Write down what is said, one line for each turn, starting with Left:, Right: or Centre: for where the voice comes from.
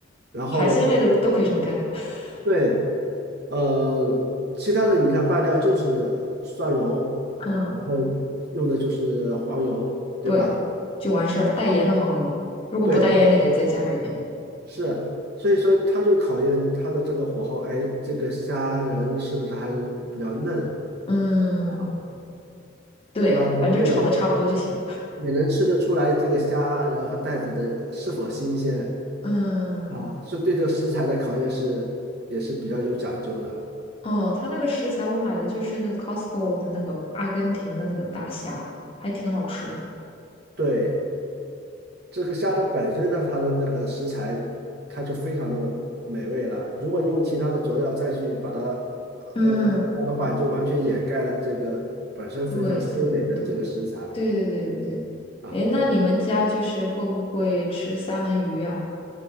Right: 然后
Left: 海鲜类的都可以这么干。<laughs>
Right: 对，呃，其他的你看拌料就是蒜蓉，
Left: 嗯，
Right: 然后用的就是黄油，对吧？
Left: 对，就完事儿。带盐的黄油，如果不带盐，
Right: 对，
Left: 你得再加点儿盐。
Right: 是，所以说它就考验它的这个火候，哎，这个虾仁是不是还是比较嫩
Left: 嗯，
Right: 啊？
Left: 对，
Right: 它的味道
Left: 反正就炒的差不多就行。
Right: 也能吃得出来，这个虾仁和带子的是否新鲜
Left: 嗯
Right: 啊？所以对这个食材的考验是也是比较有讲究的，
Left: 嗯，他那个食材我买的就是那个 Costco 的那个阿根廷的那个大虾，还挺好吃的。
Right: 对。这个虾的本身呢，它的那个食材，它就非常的美味了。如果你用其他的佐料再去把它
Left: 嗯，
Right: 呃火烧的话，你就完全掩盖了这个本身非常鲜美的这个食材
Left: 对对对，对对对对对。
Right: 啊。
Left: 哎，那你们家就是会不会吃三文鱼啊？